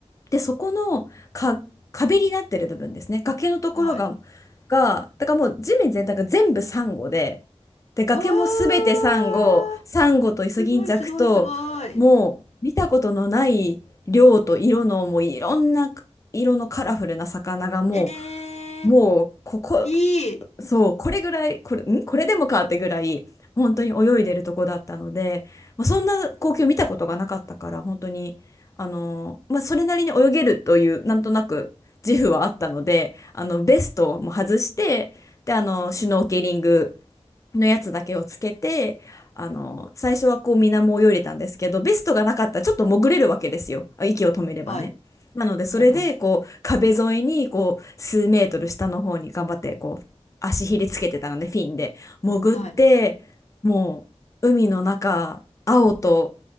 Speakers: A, on the left; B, on the left.
A: で、そこのか壁になってる部分ですね。崖のところが、
B: はい。
A: が、だからもう地面全体が全部サンゴで、で、崖もすべてサンゴ、
B: わー。
A: サンゴとイソギンチャクと、
B: すごいすごいすごい。
A: もう見たことのない量と色の、もういろんな色のカラフルな魚がも
B: え
A: う、もうここ、
B: ー、いい。
A: そう、これぐらい、これ、んこれでもかってぐらい、本当に泳いでるとこだったので、まあ、そんな光景を見たことがなかったから、本当に、あのーまあ、それなりに泳げるという、なんとなく自負はあったので、あの、ベストも外して、で、あの、シュノーケリングのやつだけをつけてあの最初はこう水面を泳いでたんですけどベストがなかったらちょっと潜れるわけですよあ息を止めればね。
B: はい。
A: なのでそれでこう壁沿いにこう数メートル下の方に頑張ってこう足ひれつけてたのでフィンで潜ってもう海の中青と
B: はいはい。はい。